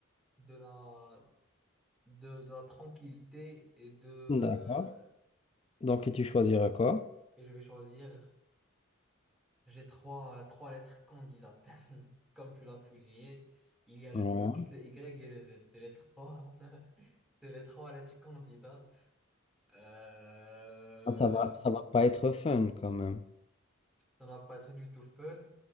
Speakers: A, in the centre; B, on the left.
A: de la, de, de la tranquillité et de... euh,
B: D'accord. Donc, et tu choisirais
A: et
B: quoi?
A: et je vais choisir, j'ai trois, trois lettres candidates. <laughs> Comme tu l'as souligné, il y a le
B: Ouais.
A: X, le Y et le Z. C'est les trois, <laughs> c'est les trois lettres candidates. Euh,
B: Ah, ça va, ça va pas être fun quand même.
A: ça va pas être du tout fun,